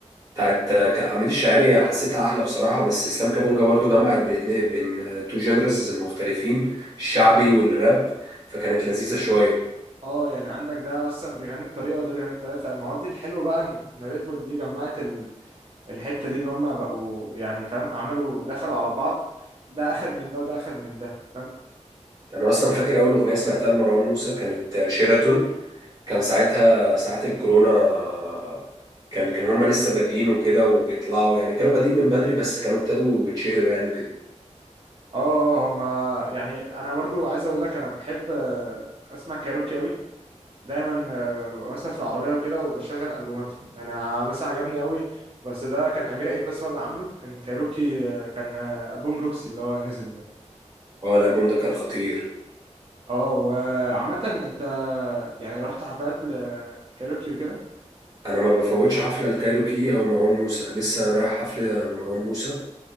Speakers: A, on the right (about 30°); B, on the right (about 50°).
A: بتاعت آه، كان حميد الشاعري حسيتها أحلى بصراحة بس إسلام كابونجا برضو جمعت بين اتنين بين تو جينرز مختلفين الشعبي والراب فكانت لذيذة شوية
B: اه يعني عندك ده اصلا بيغني بطريقه وده بيغني بطريقه فما هو دي الحلو بقى ان إن ريد بول دي جمعت ال... الحته دي ان هم بقوا يعني فاهم عملوا دخلوا على بعض ده اخد من ده وده اخد من ده فاهم
A: يعني انا اصلا فاكر اول اغنيه سمعتها لمروان موسى كانت شيراتون كان ساعتها ساعات الكورونا كان كان هما لسه بادئين وكده وبيطلعوا يعني كانوا بادئين من بدري بس كانوا ابتدوا يتشهروا يعني وكده
B: اه آه، آه، هم يعني انا برضو عايز اقول لك انا بحب آه، اسمع كايروكي اوي دايما آه، ببقى مثلا في العربيه وكده وبشغل البوماتهم انا مثلا عجبني قوي بس ده كان امير عيد بس هو اللي عامله كان كايروكي آه، كان آه، البوم روكسي اللي هو نزل ده
A: هو الالبوم ده كان خطير
B: اه وعامة انت يعني رحت حفلات لكاريوكي وكده
A: انا ما بفوتش حفله الكايروكي او مروان موسى لسه رايح حفله لمروان موسى